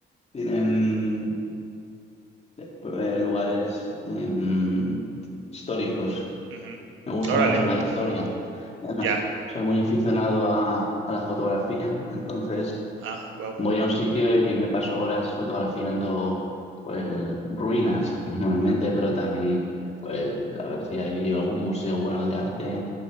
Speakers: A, on the left; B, on the right.
A: tienen eh, lugares em, históricos.
B: Ujú.
A: Me gusta
B: Órale,
A: mucho la historia. Además,
B: ya.
A: soy muy aficionado a, a la fotografía, entonces
B: Ah, wow,
A: Voy a un sitio y me paso horas fotografiando pues ruinas <laughs> normalmente, pero también pues a ver si hay algún museo bueno de arte